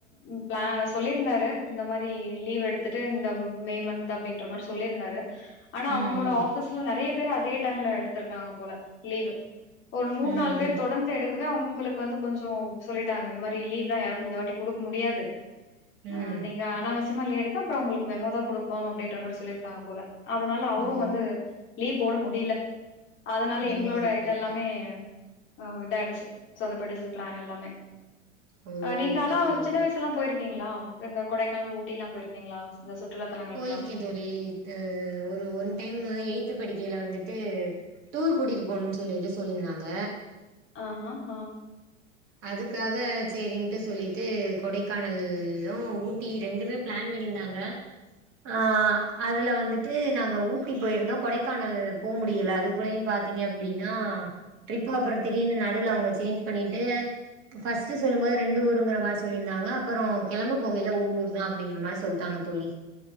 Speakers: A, on the left; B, on the right.
A: ம் ப்ளா சொல்லியிருந்தாரு இந்த மாரி லீவ் எடுத்துட்டு இந்தம் மே மன்த்து அப்டின்ற மாரி சொல்லிருந்தாரு அனா
B: ம்
A: அவுங்களோட ஆபீஸ்ல நெறயப் பேர் அதே டைம்ல எடுத்திருக்காங்க போல லீவு ஒரு மூண்
B: ம் ம்
A: நால் பேர் தொடந்து எடு அதா உங்களுக்கு வந்து கொஞ்சோ சொல்லிட்டாங்க இந்த மாரி லீவ்லா யாருக்கு இந்த வாட்டி குடுக்க முடியாது
B: ம்
A: அ
B: ம்
A: நீங்க அனாவ சியமா லீவு எடுத்தா அப்பறோ அவுங்களுக்கு மெமோதா குடுப்போ அப்டின்ற மாரி சொல்லிருக்காங்க போல அதனால அவரு
B: ஓ
A: வந்து லீவ் போட முடில அதனால
B: ஓ
A: எங்களோட
B: ஓகே
A: இதெல்லாமே
B: ஓகே
A: அ இதாயிடுச்சு சொதப்பிடுச்சு பிளான் எல்லாமே
B: ஓ
A: அ நீங்க
B: ஓகே
A: ஆனா
B: தோழி
A: சின்ன
B: ஓகே
A: வயசு எல்லா போயி இருக்கிங்களா இந்த கொடைக்கானல் ஊட்டி எல்லா போயிருக்கீங்களா இந்த சுற்றுலா
B: ஆ
A: தலங்களுக்குலா?
B: போயிருக்கே தோழி அஹ் ஒரு ஒன் டைம் எய்த் படிக்கயில வந்து போயிட்டு டூர் கூட்டிட்டு போணும்னு சொல்லிட்டு சொல்லிருந்தாங்க
A: ஆஹா, ஆ
B: அதுக்காக சேரின்ட்டு சொல்லிட்டு கொடைக்கானல்லு ஊட்டி ரெண்டுமே பிளான் பண்ணிருந்தாங்க ஆஹ் அதுல வந்துட்டு நாங்க ஊட்டி போயிருந்தோ கொடைக்கானல் போ முடியல அதுக்குள்ளயும் பாத்தீங்க அப்படின்னா ட்ரிப்பு அப்புற திடீர்னு நடுவுல அவுங்க சேஞ்ச் பண்ணிட்டு ஃபஸ்ட்டு சொல்லும்போது ரெண்டு ஊருங்கிற மாரி சொல்லிருந்தாங்க அப்புற கெளம்ப போகையில ஒரு ஊர் தா அப்படிங்கிற மாரி சொல்லிட்டாங்க தோழி